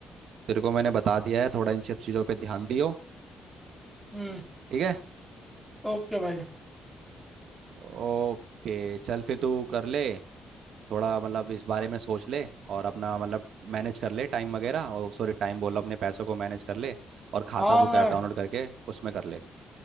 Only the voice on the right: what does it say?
तेरे को मैंने बता दिया है थोड़ा इन सब चीज़ों पे ध्यान दियो
ठीक है
ओके चल फिर तू कर ले थोड़ा मतलब इस बारे में सोच ले और अपना मतलब मैनेज कर ले टाइम वगैरह और सॉरी टाइम बोला अपने पैसों को मैनेज कर ले और खाता
बुक
ऐप डाउनलोड करके उसमें कर ले